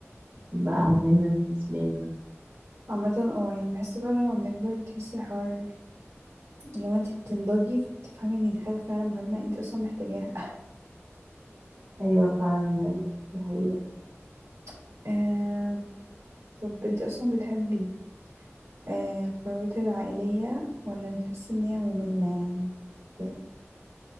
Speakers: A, on the right (about 50°); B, on the right (about 80°).
A: بقى مهم بالنسبة لي
B: عامة اه يعني بحس كل ما بنكبر بتحسي الحوار لو انت بتنضجي فبتفهمي ان دي حاجة فعلا مهمة انت اصلا محتاجاها
A: ايوه فعلا دي حقيقة
B: <laughs> آه طب انت اصلا بتحبي آه الخروجات العائلية ولا بتحسي ان هي مملة يعني كده